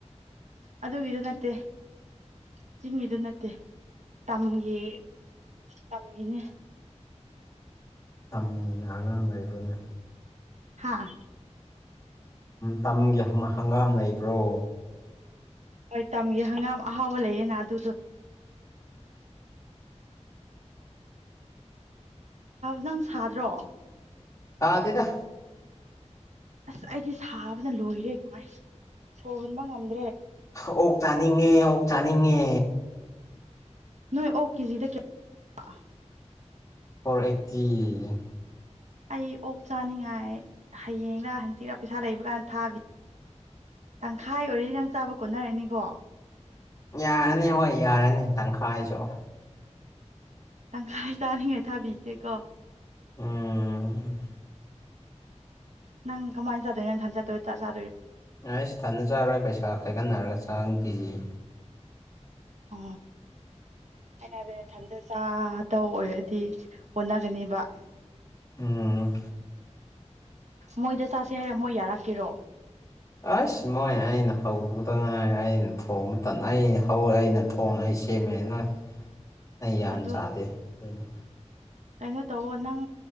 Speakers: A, on the right (about 70°); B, on the left (about 25°).
A: ꯑꯗꯨꯗ ꯏꯗ ꯅꯠꯇꯦ ꯆꯤꯡꯒꯤꯗꯨ ꯅꯠꯇꯦ ꯇꯝꯒꯤ ꯇꯝꯒꯤꯅꯦ
B: ꯇ ꯍꯥꯏꯅꯥꯡ ꯂꯩꯕꯅꯦ
A: ꯍꯥꯥ
B: ꯇꯒꯤ ꯍꯪꯒꯥꯝ ꯂꯩꯕ꯭ꯔꯣ
A: ꯍꯣꯏ ꯇꯝꯒꯦ ꯍꯪꯒꯥꯝ ꯑꯍꯥꯎꯕ ꯂꯩꯌꯦꯅ ꯑꯗꯨꯗꯣ ꯅꯪ ꯁꯥꯗ꯭ꯔꯣ
B: ꯍꯥꯥꯇꯩꯗ
A: ꯑꯁ ꯑꯩꯗꯤ ꯁꯥꯕꯅ ꯂꯣꯏꯔꯦ ꯀꯃꯥꯏꯅ ꯁꯣꯟꯍꯣꯟꯕ ꯉꯝꯗ
B: ꯑꯣꯛ ꯆꯥꯅꯤꯡꯉꯦ ꯑꯣꯛ ꯆꯥꯅꯤꯡꯉꯦ
A: ꯅꯣꯏ ꯑꯣ ꯀꯦꯖꯤꯗ ꯀꯌꯥ
B: ꯍꯔ ꯑꯦ
A: ꯑꯩ ꯑꯣꯛ ꯆꯥꯅꯤꯡꯉꯥꯏ ꯍꯌꯦꯡꯔ ꯍꯪꯆꯤꯛꯔꯥ ꯄꯩꯁꯥ ꯂꯩꯕ ꯀꯥꯟꯗ ꯊꯥꯕꯤ ꯇꯪꯈꯥꯏ ꯑꯣꯏꯔꯗꯤ ꯅꯪ ꯆꯥꯕ ꯀꯣꯠꯅꯔꯅꯤꯀꯣ
B: ꯌꯥꯔꯅꯤ ꯍꯣꯏ ꯌꯥꯔꯅꯤ ꯇꯪꯈꯥꯏꯁꯨ
A: ꯇꯪꯈꯥꯏ ꯇꯥꯔꯤꯉꯥꯏ ꯊꯥꯕꯤꯒꯦꯀꯣ
B: ꯎꯝ
A: ꯅꯪ ꯀꯃꯥꯏꯅ ꯆꯗ ꯅ ꯊꯟ ꯆ ꯆ ꯆ
B: ꯑꯩ ꯏꯁ ꯊꯅ ꯆꯥꯔꯣꯏ ꯄꯩꯁꯥ ꯈꯥꯏꯒꯠꯟꯅꯔꯒ ꯆꯥꯡ ꯀꯦꯖꯤ
A: ꯑ ꯑꯩꯅ ꯍꯥꯏꯕ ꯏꯊꯟꯗ ꯆꯥꯗ ꯑꯣꯏꯔꯗꯤ ꯍꯅꯒꯅꯦꯕ
B: ꯎꯝ
A: ꯃꯣꯏꯗ ꯆꯁꯤꯦ ꯍꯥꯏꯔ ꯃꯣꯏ ꯌꯥꯔꯛꯀꯦꯔꯣ
B: ꯑꯩꯁ ꯃꯣꯏ ꯑꯩꯅ ꯍꯧꯔꯨꯕꯗ ꯉꯥꯏ ꯑꯩꯅ ꯊꯣꯡꯕ ꯃꯇꯝ ꯑꯩꯅ ꯍꯧꯔꯦ ꯑꯩꯅ ꯊꯣꯡꯉ ꯁꯦꯝꯃꯦꯅ ꯑꯩ ꯌꯥꯝ
A: ꯑꯗꯨ
B: ꯆꯥꯗꯦ ꯑꯗꯨꯅ
A: ꯀꯩꯅꯣ ꯇꯧꯑꯣ ꯅꯪ